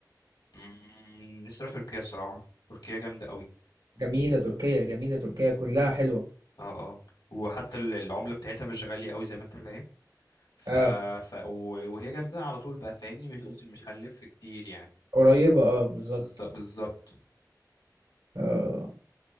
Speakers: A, on the left (about 80°); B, on the right (about 85°).
A: مم، نفسي اروح تركيا صراحه تركيا جامده قوي
B: جميلة تركيا جميلة تركيا كلها حلوة
A: اه اه وحتى ال- العمله بتاعتها مش غاليه قوي زي ما انت فاهم ف...
B: اه
A: ف... و- وهي جنبنا على طول بقى فاهمني مش مش هنلف كتير يعني
B: قريبة اه بالظبط
A: بالظ- بالظبط
B: آه